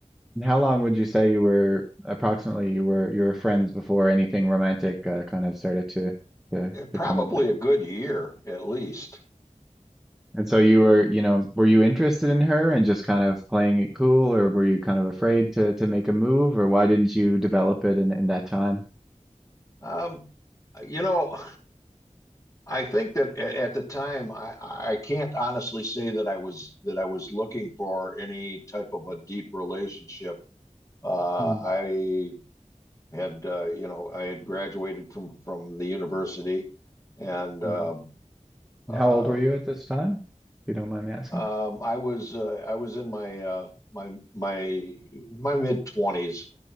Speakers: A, in the centre; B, on the left (about 25°).
A: And how long would you say you were approximately you were you were friends before anything romantic uh, kind of started to to
B: Eh,
A: to
B: Probably
A: come of it?
B: a good year at least.
A: And so you were, you know, were you interested in her and just kind of playing it cool, or were you kind of afraid to to make a move, or why didn't you develop it in in that time?
B: Um, you know, I think that a- at the time, I, I can't honestly say that I was that I was looking for any type of a deep relationship. Uh,
A: Hmm.
B: I had uh, you know I had graduated from from the university, and
A: Hmm.
B: uh, uh,
A: And how old were you at this time, if you don't mind me asking?
B: um, I was uh, I was in my uh, my my my mid twenties,